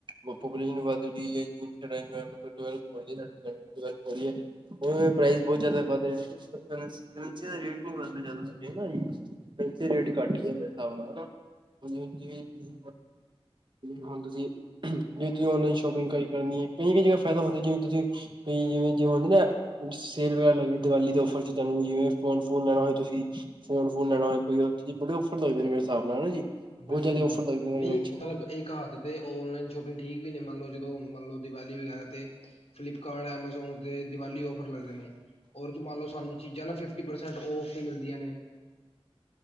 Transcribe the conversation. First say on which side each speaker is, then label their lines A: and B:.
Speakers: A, on the right (about 50°); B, on the left (about 85°).
A: ਪੋਪਲੇਸ਼ਨ ਵੱਧ ਰੀ ਏ ਸਾਡੀ ਕੰਟਰੀ ਡੱਵੈਲਪ ਹੋ ਰੀ ਐ। ਓਹ ਪ੍ਰਾਈਸ ਬੌਤ ਜੈਦਾ ਵੱਧ ਰਿਐ। ਕਰੰ-ਕਰੰਸੀ ਦਾ ਰੇਟ ਨੀ ਵੱਧ ਰਿਆ ਜੈਦਾ ਹੇਨਾ ਈ ਕੰਸੀ ਰੇਟ ਘੱਟ ਗਿਐ ਮੇਰੇ ਸਾਬ ਨਾਲ, ਹੈਨਾ। ਹੁਣ, ਜਿਵੇਂ ਜਿਵੇਂ ਜਿਵੇਂ ਹੁਣ ਤੁਸੀਂ ਜਿਵੇ ਤੁਸੀ ਔਨਲਾਈਨ ਸ਼ੋਪਿੰਗ ਕਈ ਕਰਨੀ ਏ, ਕਈ ਕਈ ਜਗ੍ਹਾ ਫੈਦਾ ਹੁੰਦੈ ਜਿਵੇਂ ਤੁਸੀਂ ਕਈ ਜਿਵੇਂ ਜਿਂਵ ਹੁੰਦੇ ਨਾ ਸੇਲ ਵਗੈਰਾ ਲੱਗਦੀ ਦੀਵਾਲੀ ਦੇ ਔਫਰ ਚ ਤਾਨੂੰ ਜਿਵੇਂ ਫੋਨ ਫੁਨ ਲੈਣਾ ਹੋਏ ਤੁਸੀਂ। ਫੋਨ ਫੋਨ ਲੈਣਾ ਹੋ ਕੋਈ ਉੱਥੇ ਬੜੇ ਔਫਰ ਲਗਦੇ ਨੇ ਮੇਰੇਿਸਾਬ ਨਾਲ ਹਨਾ ਜੀ
B: ਬਿਲਕੁਲ
A: ਬਹੁਤ ਜ਼ਿਆਦਾ
B: ਬਿਲਕੁਲ
A: ਔਫਰ ਲੱਗਦੇ ਨੇ
B: ਨਹੀਂ
A: ਵਿੱਚ
B: ਮਤਲਬ ਇੱਕ ਹੱਥ ਤੇ ਔਨਲਾਈਨ ਸ਼ੋਪਿੰਗ ਠੀਕ ਵੀ ਨੇ ਮੰਨਲਓ ਜਦੋਂ ਮੰਨਲ ਦੀਵਾਲੀ ਵਗੈਰਾ ਤੇ ਫਲਿਪਕਾਰਟ ਐਮਾਜ਼ੋਨ ਤੇ ਦੀਵਾਲੀ ਫਰ ਲੱਗਦੇ ਨੇ ਰ ਚ ਮੰਨ ਲੋ ਸਾਨੂੰ ਚੀਜ਼ਾਂ ਨਾ ਫਿਫਟੀ ਪਰਸੈਂਟ ਫ ਤੇ ਮਿਲਦੀਆਂ ਨੇ